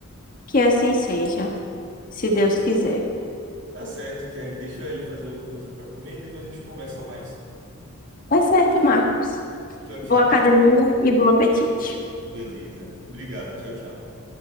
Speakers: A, on the left; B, on the right.
A: Que assim seja, se Deus quiser.
B: Tá certo, Kelly. Deixa eu ali fazer alguma coisa para comer, depois a gente conversa mais.
A: Tá certo, Marcos.
B: Tchau, tchau.
A: Boa academia
B: Boa tarde.
A: e bom apetite.
B: Beleza. Obrigado. Tchau, tchau.